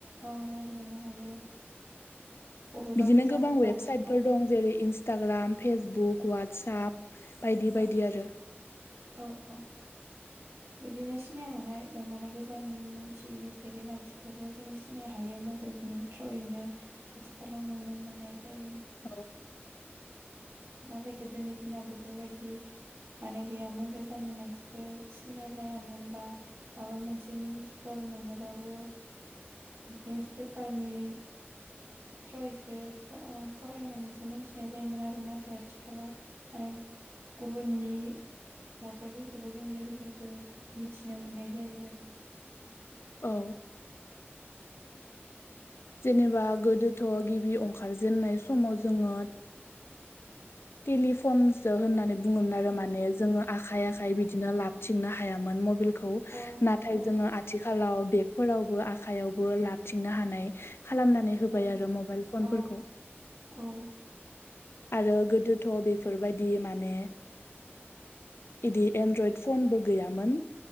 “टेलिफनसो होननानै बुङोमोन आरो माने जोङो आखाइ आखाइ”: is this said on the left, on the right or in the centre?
Left